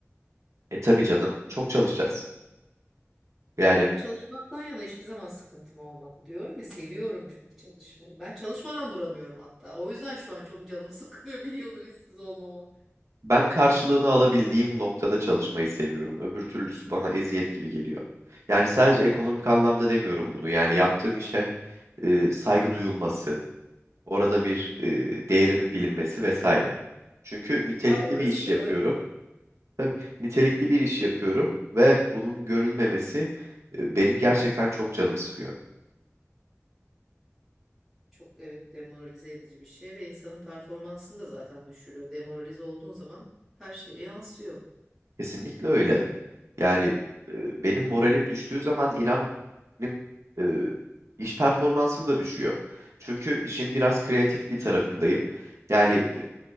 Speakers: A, on the right; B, in the centre.
A: E tabii canım çok çalışacağız. Yani
B: Ben çalışmaktan yana hiçbir zaman sıkıntım olmadı diyorum ya seviyorum çünkü çalışmayı. Ben çalışmadan duramıyorum hatta. O yüzden şu an çok canımı sıkılıyor <laughs> bir yıldır işsiz olmama.
A: ben karşılığını alabildiğim noktada çalışmayı seviyorum. Öbür türlüsü bana eziyet gibi geliyor. Yani sadece ekonomik anlamda demiyorum bunu. Yani yaptığım işe e, saygı duyulması, Orada bir e, değerimin bilinmesi vesaire. Çünkü nitelikli
B: Ha orası
A: bir iş yapıyorum.
B: öyle tabii.
A: Tabii nitelikli bir iş yapıyorum ve bunun görülmemesi e, benim gerçekten çok canım sıkıyor.
B: Çok evet demoralize edici bir şey ve insanın performansını da zaten düşürüyor. Demoralize olduğun zaman her şeye yansıyor.
A: Kesinlikle öyle. Yani e, benim moralim düştüğü zaman inan benim e, iş performansım da düşüyor. Çünkü işin biraz kreatif bir tarafındayım. Yani
B: Tabii ki.